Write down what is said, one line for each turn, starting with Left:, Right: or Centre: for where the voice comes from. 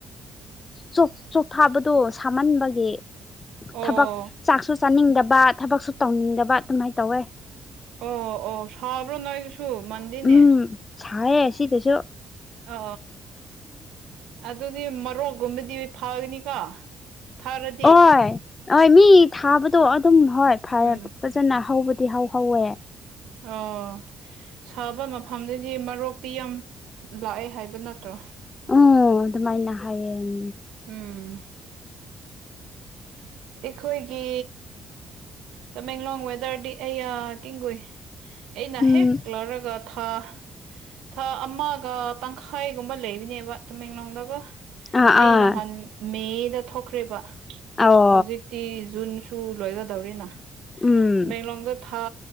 Left: ꯆꯣꯛ ꯆꯣꯛꯊꯥꯕꯗꯣ ꯁꯥꯃꯟꯕꯒꯤ
Right: ꯑꯣ
Left: ꯊꯕꯛ ꯆꯥꯛꯁꯨ ꯆꯥꯅꯤꯡꯗꯕ ꯊꯕꯛꯁꯨ ꯇꯧꯅꯤꯡꯗꯕ ꯑꯗꯨꯃꯥꯏꯅ ꯇꯧꯋꯦ
Right: ꯑꯣ ꯑꯣ ꯁꯥꯕ꯭ꯔꯣ ꯅꯣꯏꯗꯨꯁꯨ ꯃꯟꯗꯦꯅꯦ
Left: ꯎꯝ ꯁꯥꯏꯌꯦ ꯁꯤꯗꯁꯨ
Right: ꯑ ꯑꯗꯨꯗꯤ ꯃꯔꯣꯛꯒꯨꯝꯕꯗꯤ ꯐꯒꯅꯤꯀꯣ ꯊꯥꯔꯗꯤ
Left: ꯑꯣꯏ ꯑꯣꯏ ꯃꯤ ꯊꯥꯕꯗꯣ ꯑꯗꯨꯝ ꯍꯣꯏ ꯐꯩꯌꯦ
Right: ꯎꯝ
Left: ꯐꯖꯅ ꯍꯧꯕꯗꯤ ꯍꯧꯍꯧꯋꯦ
Right: ꯑꯣ ꯁꯥꯕ ꯃꯐꯝꯗꯗꯤ ꯃꯔꯣꯛꯇꯤ ꯌꯥꯝ ꯂꯥꯛꯑꯦ ꯍꯥꯏꯕ ꯅꯠꯇ꯭ꯔꯣ
Left: ꯎꯝ ꯑꯗꯨꯃꯥꯏꯅ ꯍꯥꯏꯌꯦ ꯎꯝ
Right: ꯎꯝ ꯑꯩꯈꯣꯏꯒꯤ ꯇꯃꯦꯡꯂꯣꯡ ꯋꯦꯗꯔꯗꯤ ꯑꯩꯌꯥ <unintelligible> ꯑꯩꯅ
Left: ꯎꯝ
Right: ꯍꯦꯛ ꯂꯧꯔꯒ ꯥꯑ ꯊꯥ ꯑꯃꯒ ꯇꯪꯈꯥꯏꯒꯨꯝꯕ ꯂꯩꯕꯅꯦꯕ ꯇꯃꯦꯡꯂꯣꯡꯗꯀꯣ
Left: ꯑꯥ
Right: ꯑꯩ
Left: ꯑꯥ
Right: ꯅꯍꯥꯟ ꯃꯦꯗ ꯊꯣꯛꯈ꯭ꯔꯦꯕ
Left: ꯑꯣ
Right: ꯍꯧꯖꯤꯛꯇꯤ ꯖꯨꯟ ꯇꯨ ꯂꯣꯏꯒꯗꯧꯔꯦꯅ
Left: ꯎꯝ
Right: ꯇꯥꯃꯦꯟꯂꯣꯡꯗ ꯊꯥ